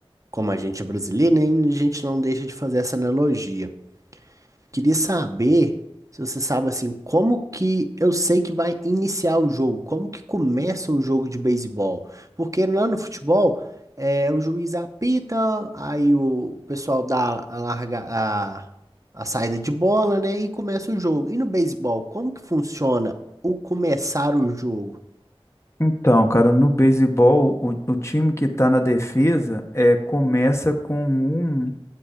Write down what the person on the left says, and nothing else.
Então, cara, no beisebol, o, o time que está na defesa é, começa com um,